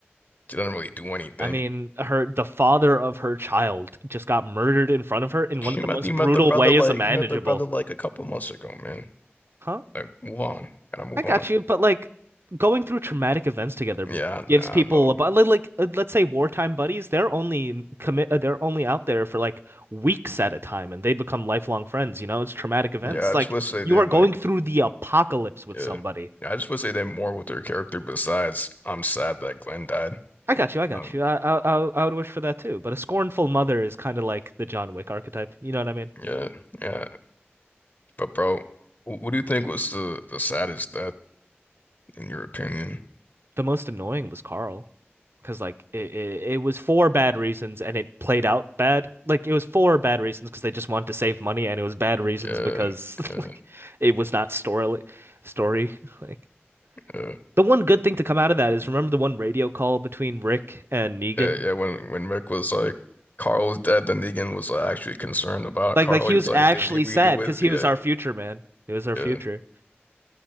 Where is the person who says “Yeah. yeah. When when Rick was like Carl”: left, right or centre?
Left